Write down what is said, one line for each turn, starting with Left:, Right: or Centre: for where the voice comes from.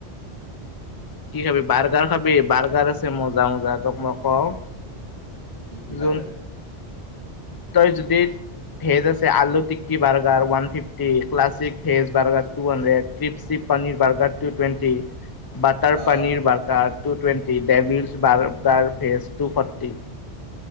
Left: কি খাবি। বাৰ্গাৰ খাবি বাৰ্গাৰ আছে মজা মজা তোক মই কওঁ
Right: কি কি বাৰগাৰ
Left: যোন
Right: আছে?
Left: তই যদি ভেজ আছে। Aloo tikki burger, one fifty, classic veg, burger two hundred ক্ৰিপ চিপ paneer burger two twenty butter
Right: uh
Left: paneer, burger two twenty, ডেভছ burger, ফেজ টু ফৰ্টি